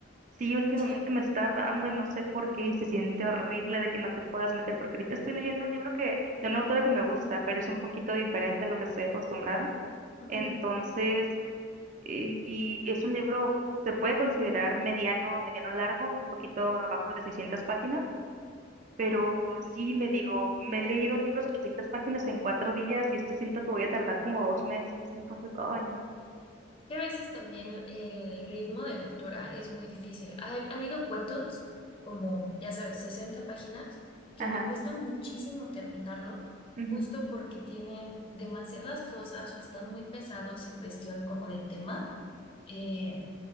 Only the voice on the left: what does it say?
sí.
Ujú.
Que a veces también el ritmo de lectura es muy difícil. Ha, ha habido cuentos, como ya sabes, 60 páginas, que
me cuesta muchísimo terminarlo,
justo porque tienen demasiadas cosas o están muy pesados en cuestión como de tema. eh,